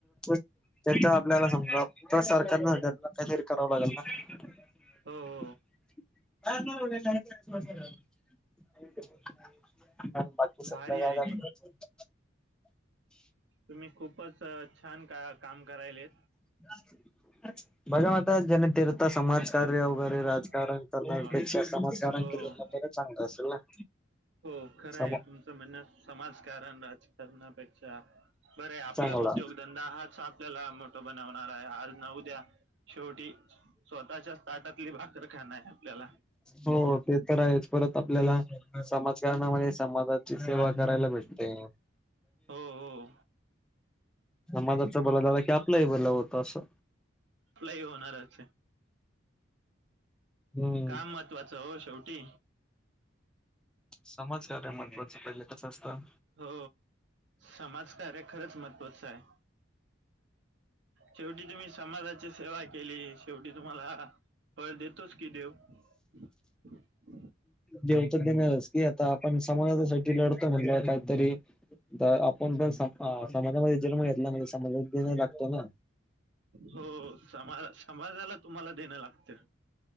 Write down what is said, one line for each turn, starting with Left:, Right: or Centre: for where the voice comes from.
Centre: <unintelligible> त्याच्या आपल्याला समजा आप सरकार ना व्हल काहीतरी करावं लागेल ना?
Right: हम
Centre: <unintelligible> आता <unintelligible>
Right: भारी आहे की तुम्ही खूपच छान का काम करायले
Centre: <inaudible> बजाता जने तेर आता समाजकार्य
Right: राहुलकर
Centre: वगैरे राजकारण करण्यापेक्षा
Right: राहुल
Centre: समाजकारण
Right: हो
Centre: केले बर चांगलं असेल ना?
Right: हो खरं
Centre: सम
Right: आहे तुमचं म्हणणं समाजकारण राजकारणापेक्षा अच्छा बरं आपला
Centre: चांगला
Right: उद्योगधन हाच आपल्याला मोठ बनवणार आहे आज नऊ द्या शेवटी स्वतःच्या ताटातली भाकरर खाण आहे आपल्याला
Centre: हो ते तर आहेच परत आपल्याला समाजकारणामध्ये समाजाची सेवा करायला भेटते. <inaudible>
Right: हो हो
Centre: समाजाचा बला झाला की आपलंही बला होत असं
Right: भलाई होणारच हे
Centre: हम्म
Right: का महत्त्वाचं हो शेवटी
Centre: समाजकार्य महत्त्वाच पहिले कसं असतं
Right: हो समाजकार्य खरंच महत्त्वाचं आहे. शेवटी तुम्ही समाजाची सेवा केली शेवटी तुम्हाला फळ देतोस की देव. <unintelligible>
Centre: जेवत देणारच की आता आपण समाजासाठी लढतो म्हणलं काहीतरी तर आपण पण स समाजामध्ये जन्म घेतला म्हणजे समाज नाही लागतो ना
Right: हो समा समााजाला तुम्हाला देणं लागत